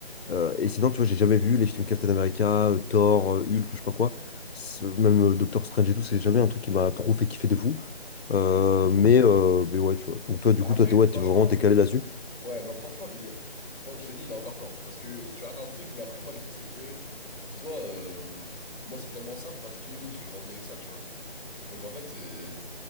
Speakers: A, on the left; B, on the left.
A: Euh, et sinon, tu vois, j'ai jamais vu les films Captain America, euh, Thor, euh, Hulk, je sais pas quoi. Ce- Même euh, Doctor Strange et tout, c'est jamais un truc qui m'a trop fait kiffer de fou. Euh, mais, euh, mais ouais, tu vois. Donc toi, du
B: Bah
A: coup,
B: après,
A: toi, t'es ouais,
B: franchement,
A: t'es vraiment t'es calé là-dessus.
B: ouais, mais franchement, il y a- il- fran- je te dis, il a encore temps. Parce que tu rates un truc, mais après, moi, le truc, c'est que, dis-toi, euh, moi, c'est tellement simple parce que j'ai grandi avec ça, tu vois. Donc en fait, euh, tu